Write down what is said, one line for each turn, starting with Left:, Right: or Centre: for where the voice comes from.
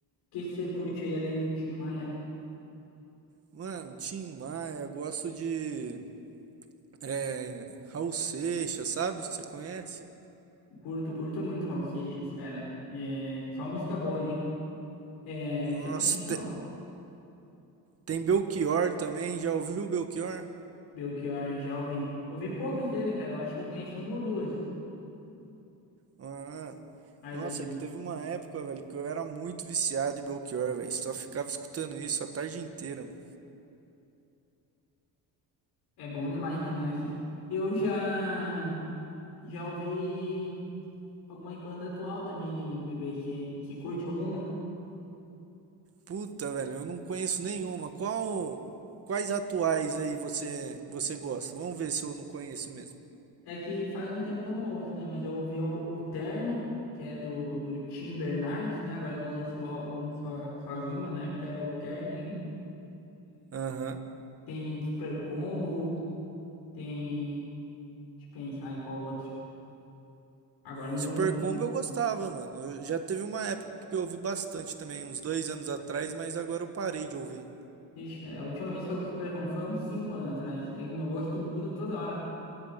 Left: O que que você curte aí além do Tim Maia?
Right: Mano, Tim Maia, gosto de. É, Raul Seixas, sabe? Você conhece?
Left: Curto, curto muito Raul Seixas, cara. É, só música boa, hein? É,
Right: Nossa,
Left: você conhece o
Right: te- tem Belchior também. Já ouviu o Belchior?
Left: Belchior? Já ouvi. Ouvi poucas dele, cara. Eu acho que eu conheço uma ou duas.
Right: Ah,
Left: Ai,
Right: nossa,
Left: das mais
Right: é que teve
Left: ouvidas.
Right: uma época, velho, que eu era muito viciado em Belchior, velho. Só ficava escutando isso a tarde inteira, mano.
Left: É bom demais quando é assim. Eu já, já ouvi algumas bandas atual também de MPB. Você você curte alguma?
Right: Puta, velho, eu não conheço nenhuma. Qual, quais atuais aí você você gosta? Vamos ver se eu não conheço mesmo.
Left: É que faz um tempo que eu não ouço, né? Mas eu ouvi o, o Terno, que é do, do Tim Bernardes, né? Agora ele lançou o álbum so, sozinho, mas na época era o Terno ainda.
Right: Aham.
Left: Tem Super Combo, tem. Deixa eu pensar aí qual outro. Agora me
Right: Super
Left: deu um branco.
Right: Combo eu gostava, mano. Eu- já teve uma época que eu ouvi bastante também, uns dois anos atrás, mas agora eu parei de ouvir.
Left: Ixi, cara, a última vez que eu vi Super Combo foi uns cinco anos atrás. É que meu gosto muda toda hora.